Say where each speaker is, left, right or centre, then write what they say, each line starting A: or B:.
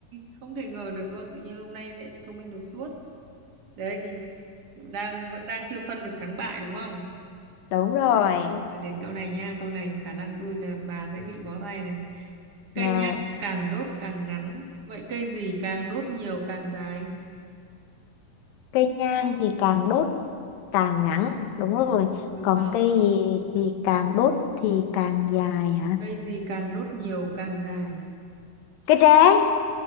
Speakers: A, on the right; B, on the left.
A: không thể ngờ được luôn, tự nhiên hôm nay lại thông minh đột xuất. Đấy, đang vẫn đang chưa phân được thắng bại đúng không?
B: Đúng rồi.
A: Nói đến câu này nha, câu này khả năng tôi là bà sẽ bị bó tay này. Cây
B: Rồi,
A: nhang càng đốt càng ngắn, vậy cây gì càng đốt nhiều càng dài?
B: cây nhang thì càng đốt càng ngắn, đúng rồi.
A: Đúng đúng
B: Còn
A: không?
B: cây gì thì càng đốt thì càng dài hả?
A: Cây gì càng đốt nhiều càng dài?
B: Cây tre.